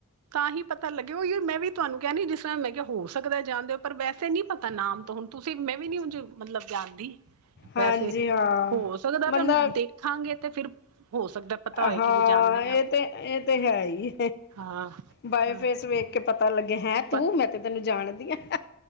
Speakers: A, on the right (about 80°); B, on the left (about 45°).
A: ਤਾਂ ਹੀ ਪਤਾ ਲੱਗੇ ਉਹ ਹੀ। ਤੁਹਾਨੂੰ ਕਿਹਾ ਨੀ ਜਿਸ ਤਰ੍ਹਾਂ ਮੈਂ ਕਿਹਾ ਹੋ ਸਕਦਾ ਜਾਂਣਦੇ ਹੋ ਪਰ ਵੈਸੇ ਨੀ ਪਤਾ ਨਾਮ ਤਾਂ ਹੁਣ ਤੁਸੀਂ ਮੈਂ ਵੀ ਨੀ ਹ। ਮਤਲਬ ਜਾਣਦੀ ਵੈਸੇ
B: ਹਾਂਜੀ ਹਾਂ
A: ਹੋ ਸਕਦਾ ਤੁਹਾਨੂੰ
B: ਬੰਦਾ
A: ਦੇਖ। ਖਾਂਗੇ ਤੇ ਫਿਰ ਹੋ ਸਕਦਾ। ਪਤਾ ਹੋਏ
B: ਹਾਂ
A: ਕਿ ਵੀ ਜਾਂਦੇ
B: ਇਹ
A: ਆ
B: ਤੇ। ਇਹ ਤੇ ਹੈ ਹੀ।
A: ਹਾਂ
B: ਬਏ
A: ਹਾਂ
B: ਫੇਸ ਵੇਖ ਕੇ ਪਤਾ ਲੱਗੇ ਹੈਂ ਤੂੰ,
A: ਪ
B: ਮੈਂ ਤ। ਤੈਨੂੰ ਜਾਣਦੀ ਹੈ।